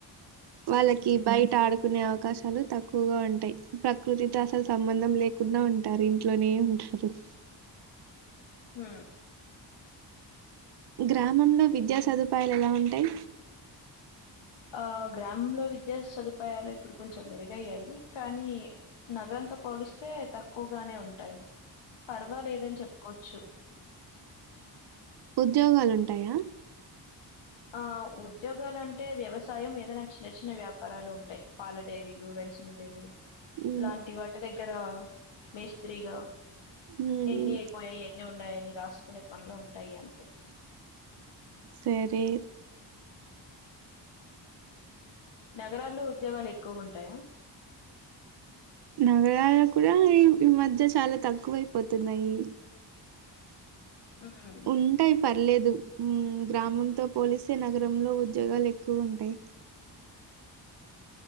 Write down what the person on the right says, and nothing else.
వాళ్ళకి
బయట ఆడు నే అవకాశాలు తక్కువగా ఉంటాయి ప్రకృతితో అసలు సంబంధం లేకుండా ఉంటారు ఇంట్లోనే ఉంట రఫ
గ్రామంలో విద్యా సదుపాయాలు ఎలా ఉంటాయి
ఉద్యోగాలుంటాయా
మ్మ్
మ్మ్
సరే
నగరాలు కూడా ఈ మధ్య చాలా తక్కువైపోతున్నాయి
ఉంటయి ప పర్లేదు గ్రామంతో పోలిస్తే నగరంలో ఉద్యోగాలు ఎక్కువ ఉంటాయి